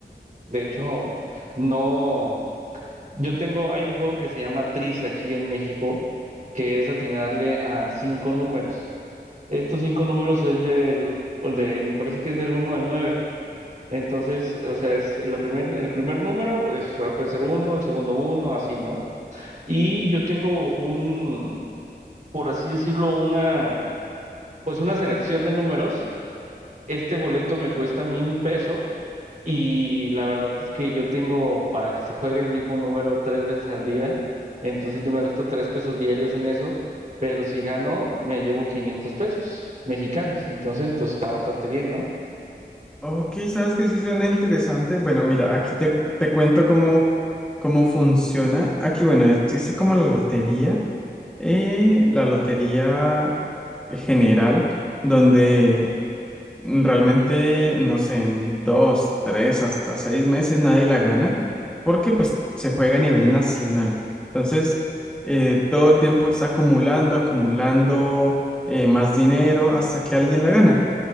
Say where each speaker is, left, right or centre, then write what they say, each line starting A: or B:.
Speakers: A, on the right; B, in the centre.
A: de hecho, no. Yo tengo, hay un juego que se llama Tris aquí en México, que es atinarle a cinco números. Estos cinco números es del, de, me parece que es del uno al 9. Entonces, o sea, es la primer, el primer número pues, ah, puede ser uno, el segundo uno, así, ¿no? Y yo tengo un, por así decirlo, una, pues una selección de números. Este boleto me cuesta a mí un peso y la verdad es que yo tengo para que se juegue el mismo número tres veces al día, entonces yo me gasto tres pesos diarios en eso, pero si gano me llevo 500 pesos mexicanos, entonces pues está bastante bien, ¿no?
B: Ok, sabes que sí suena interesante. Bueno, mira, aquí te, te cuento cómo, cómo funciona. Aquí, bueno, existe como la lotería, eh, la lotería general, donde Realmente, no sé, en dos, tres, hasta seis meses nadie la gana, porque pues se juega a nivel nacional. Entonces, eh, todo el tiempo está acumulando, acumulando eh, más dinero hasta que alguien la gana.